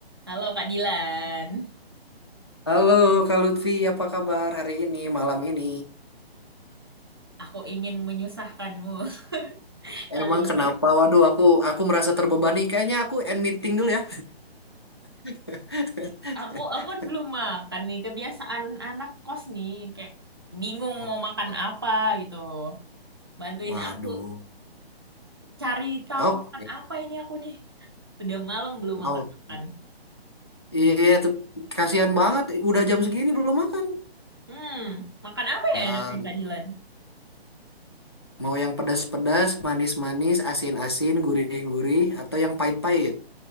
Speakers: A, on the right; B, on the left.
A: Halo Kak Dilan,
B: Halo Kak Lutfi, apa kabar hari ini, malam ini?
A: aku ingin menyusahkanmu <laughs>
B: Emang
A: kali
B: kenapa?
A: ini.
B: Waduh, aku aku merasa terbebani. Kayaknya aku end meeting dulu ya. <laughs>
A: Aku aku kan belum makan nih, kebiasaan anak kos nih, kayak bingung
B: Oke,
A: mau makan
B: oke.
A: apa gitu. Bantuin
B: Waduh.
A: aku cari tahu
B: Oke,
A: makan apa ini aku nih. Udah malam belum
B: oke.
A: makan-makan.
B: Iya, tuh kasihan banget. Udah jam segini belum makan.
A: Hmm, makan apa
B: Ya,
A: ya enaknya Kak Dilan?
B: mau yang pedas-pedas, manis-manis, asin-asin, gurih-gurih, atau yang pahit-pahit.